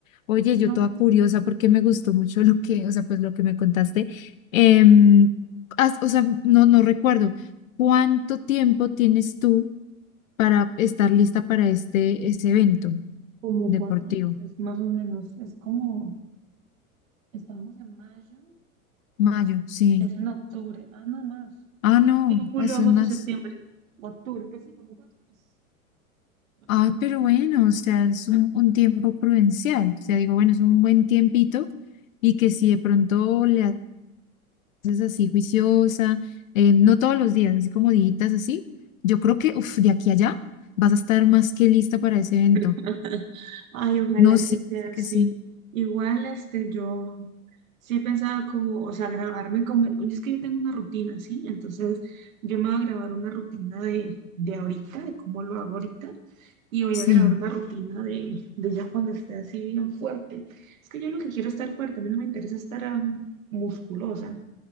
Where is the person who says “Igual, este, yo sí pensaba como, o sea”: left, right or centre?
Right